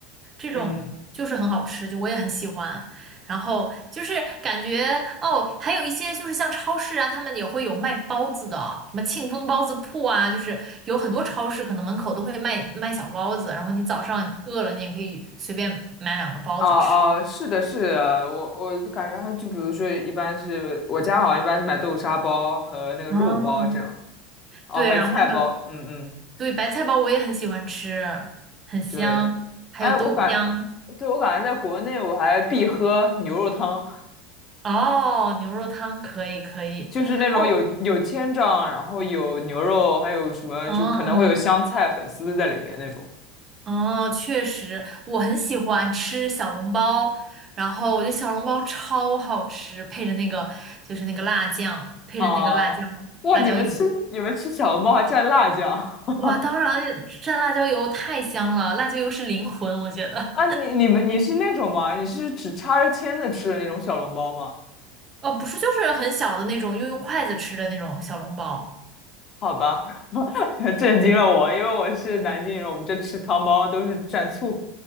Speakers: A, on the right; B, on the left.
A: 这种就是很好吃，
B: 嗯。
A: 就我也很喜欢。然后就是感觉哦，还有一些就是像超市啊，他们也会有卖包子的啊，什么庆丰包子铺啊，就是有很多超市可能门口都会卖卖小包子，然后你早上饿了，你也可以随便买两个包子吃。
B: 哦哦，是的，是的，我我就感觉还就比如说，一般是我家好像一般是买豆沙包和那个肉包这样，
A: 嗯，
B: 哦，
A: 对，
B: 还有菜包，
A: 然后还有
B: 嗯嗯，
A: 对白菜包，我也很喜欢吃，很香。
B: 对，
A: 还有豆浆，
B: 哎，我感，对，我感觉在国内我还必喝牛肉汤，
A: 哦，牛肉汤可以可以，
B: 就是那种有有千张，
A: 哦，
B: 然后有牛肉，还有什么就可能会有香菜、
A: 嗯。
B: 粉丝在里面那种。
A: 哦，确实，我很喜欢吃小笼包，然后我觉得小笼包超好吃，配着那个就是那个辣酱，配着那个辣椒
B: 啊，哇，
A: 辣椒油，
B: 你们吃你们吃小笼包还蘸辣酱 <laughs>
A: 哇，当然蘸辣椒油太香了，辣椒油是灵魂，我觉得。
B: 啊？你你们你是那种吗？你是只插着签子吃的那种小笼包吗？
A: 哦，不是，就是很小的那种，又用筷子吃的那种小笼包。
B: 好吧，<laughs> 震惊了我，因为我是南京人，我们这吃汤包都是蘸醋。